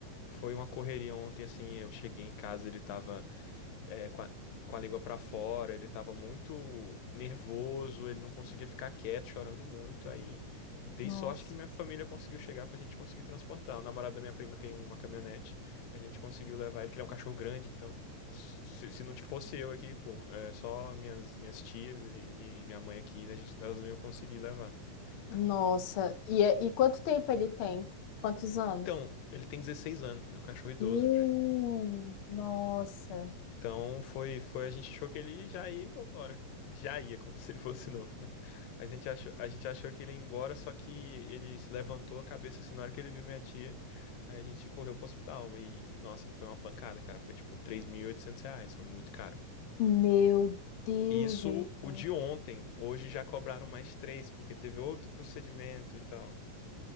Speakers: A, on the left; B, on the left.
A: foi uma correria ontem, assim, eu cheguei em casa, ele tava é, com a, com a língua pra fora, ele tava muito nervoso, ele não conseguia ficar quieto, chorando muito. Aí dei
B: nossa,
A: sorte que minha família conseguiu chegar pra gente conseguir transportar. O namorado da minha prima tem uma caminhonete, a gente conseguiu levar ele, que ele é um cachorro grande, então se, se não fosse eu aqui, pô, é, só minhas, minhas tias e, e minha mãe aqui, a gente- elas não iam conseguir levar.
B: nossa. E, é- e quanto tempo ele tem? Quantos anos?
A: Então, ele tem 16 anos, é um cachorro idoso
B: Uh,
A: já.
B: nossa.
A: Então foi, foi, a gente achou que ele já ia embora. Já ia, como <laughs> se ele fosse <laughs> novo, né? Mas a gente achou, a gente achou que ele ia embora, só que ele se levantou a cabeça assim na hora que ele viu minha tia. Aí a gente correu pro hospital. E, nossa, foi uma pancada, cara. Foi tipo 3.800 reais, foi muito caro.
B: Meu Deus,
A: E isso
B: Heitor.
A: o de ontem. Hoje já cobraram mais três, porque teve outro procedimento e tal.